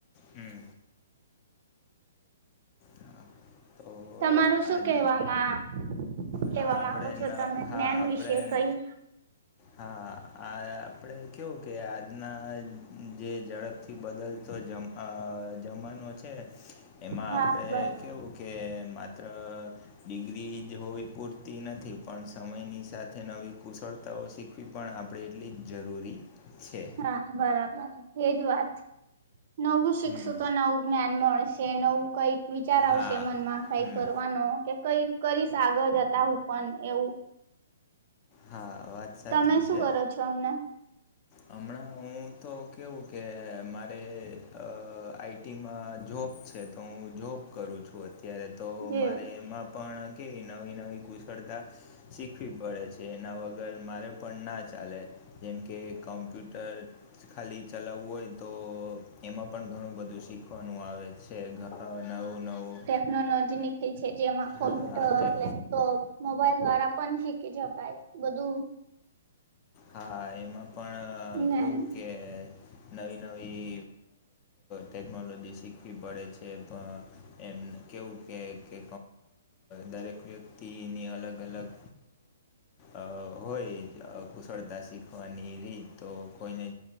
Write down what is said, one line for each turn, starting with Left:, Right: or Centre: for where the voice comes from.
Left: હમ હા તો
Right: તમારું શું
Left: આજ
Right: કહેવામાં કહેવા
Left: હા
Right: માંગો
Left: આપણે
Right: છો
Left: ન
Right: તમે જ્ઞાન
Left: હા આપણે
Right: વિશે કંઈ?
Left: હા આ આપણે કેવું કે આજના જે ઝડપ થી બદલતો જમ અ જમાનો છે એમાં
Right: હા
Left: આપણે
Right: બર
Left: કેવું કે માત્ર ડિગ્રી જ હોવી પૂરતી નથી પણ સમયની સાથે નવી કુશળ તાઓ શીખવી પણ આપણે એટલી જ જરૂરી છે.
Right: હા બરાબર એજ વાત નવું શીખશું
Left: હમ.
Right: તો નવું જ્ઞાન મળશે નવું કઈક વિચાર આવશે
Left: હા
Right: મનમાં કઈ
Left: હમ
Right: કરવાનો કે કઈક કરીશ આગળ જતા હું પણ એવું
Left: હા વાત સાચી
Right: તમે શું
Left: છે.
Right: કરો છો હમના?
Left: હમણાં હું તો કેવું કે મારે આઈ ટીમાં જોબ છે તો હું જોબ કરું છું અત્યારે તો
Right: જે
Left: મારે એમાં પણ કેવી નવી નવી કુશળતા શીખવી પડે છે એના વગર મારે પણ ના ચાલે જેમ કે કમ્પ્યુટર ખાલી ચલાવવું હોય તો એમાં પણ ઘણું બધું શીખવાનું આવે છે. છે, ઘ નવું નવું
Right: ટેકનોલોજી નીકતી છે જેમાં કોમ્પ્યુટર,
Left: હા હા તે
Right: લે લેપટોપ મોબાઈલ દ્વારા પણ શીખી શકાય બધું
Left: હા એમાં પણ
Right: જ્ઞાન
Left: કેવું કે નવી નવી ટેકનોલોજી શીખવી પડે છે. એમ કેવું કે કે દરેક વ્યક્તિની અલગ અલગ અ હોય કુશળતા શીખવાની રીત તો કોઈને